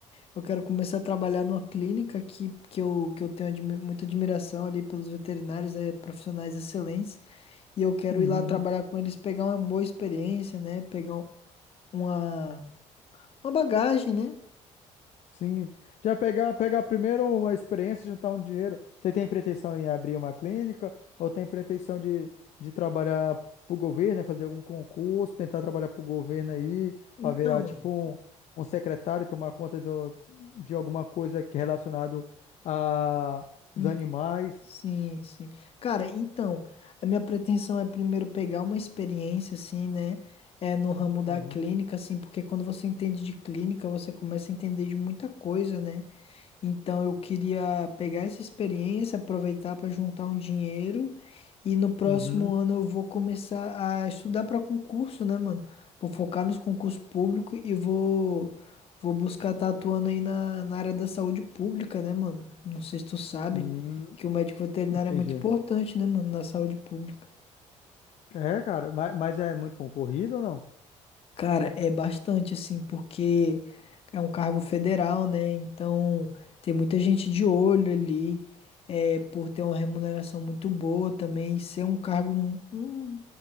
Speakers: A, on the left (about 50°); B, on the left (about 65°).
A: eu quero começar a trabalhar numa clínica que, que eu, que eu tenho admi- muita admiração ali pelos veterinários, é, profissionais excelentes. E eu quero
B: uhum.
A: ir lá trabalhar com eles, pegar uma boa experiência, né? Pegar um- uma, uma bagagem, né?
B: Sim, já pegar, pegar primeiro uma experiência, juntar um dinheiro. Você tem pretensão em abrir uma clínica ou tem pretensão de, de trabalhar para o governo, né, fazer algum concurso, tentar trabalhar para o governo aí,
A: Então,
B: para virar tipo um, um secretário, tomar conta do, de alguma coisa que é relacionado a
A: hum,
B: os animais?
A: sim, sim. Cara, então, a minha pretensão é primeiro pegar uma experiência, assim, né? É no ramo da
B: Uhum,
A: clínica, assim, porque quando você entende de clínica, você começa a entender de muita coisa, né? Então eu queria pegar essa experiência, aproveitar para juntar um dinheiro e no próximo
B: uhum,
A: ano eu vou começar a estudar para concurso, né, mano? Vou focar nos concursos públicos e vou vou buscar estar atuando aí na, na área da saúde pública, né, mano? Não sei se tu sabe
B: hum,
A: que o médico veterinário
B: entendi.
A: é muito importante, né, mano, na saúde pública.
B: É, cara, mas, mas é muito concorrido ou não?
A: Cara, é bastante assim, porque é um cargo federal, né? Então tem muita gente de olho ali, é, por ter uma remuneração muito boa também, ser um cargo, mu- um,